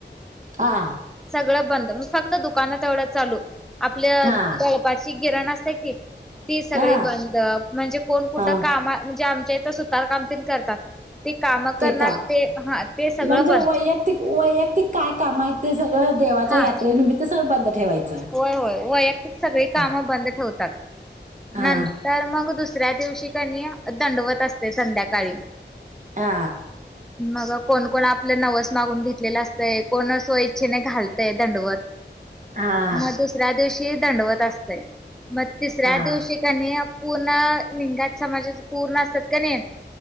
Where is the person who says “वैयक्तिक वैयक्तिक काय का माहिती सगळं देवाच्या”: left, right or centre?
Right